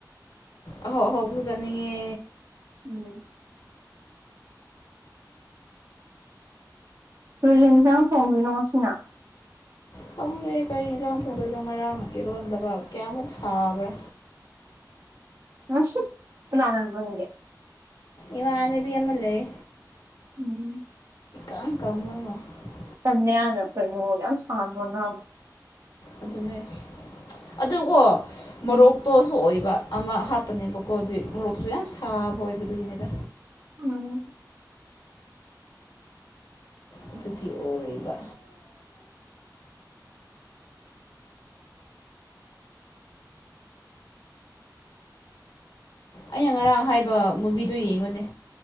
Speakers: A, on the left; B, on the right.
A: ꯑꯍꯥꯎ ꯑꯍꯥꯎꯕꯁꯨ ꯆꯥꯅꯤꯡꯉꯦ
B: ꯎꯝ ꯀꯩ ꯍꯦꯟꯖꯥꯡ ꯊꯣꯡꯗꯣꯏꯅꯣ ꯉꯁꯤꯅ
A: ꯈꯪꯗꯦ ꯀꯔꯤ ꯍꯦꯟꯖꯥꯡ ꯊꯣꯡꯗꯣꯏꯅꯣ ꯉꯔꯥꯡ ꯏꯔꯣꯟꯂꯒ ꯀꯌꯥꯃꯨꯛ ꯁꯥꯕ꯭ꯔ
B: <inaudible> <inaudible> ꯀꯅꯅꯕꯪꯒꯦ
A: ꯏꯃꯥꯅꯕꯤ ꯑꯃ ꯂꯩ
B: ꯎꯝ
A: <unintelligible>
B: ꯇꯟꯅꯦ ꯌꯥꯝꯅ ꯀꯩꯅꯣ ꯑꯗꯨꯛꯌꯥꯝ ꯁꯥꯡ ꯂꯣꯟꯅꯕꯣ
A: ꯑꯗꯨꯅꯦ ꯍꯥꯏꯁꯦ ꯑꯗꯨꯀꯣ
B: ꯎꯝ
A: ꯃꯔꯣꯛꯇꯣꯁꯨ ꯑꯣꯏ ꯑꯃ ꯍꯥꯞꯄꯅꯦꯕꯀꯣ ꯑꯗꯨꯏ ꯃꯣꯔꯣꯛꯇꯨꯁꯨ ꯌꯥꯝ ꯁꯥꯕ ꯑꯣꯏꯕ ꯗꯨꯒꯤꯅꯦꯗ
B: ꯎꯝ
A: ꯑꯗꯨꯒꯤ ꯑꯣꯏꯕ ꯑꯩꯅ ꯉꯔꯥꯡ ꯍꯥꯏꯕ ꯃꯨꯚꯤꯗꯨ ꯌꯦꯡꯉꯨꯅꯦ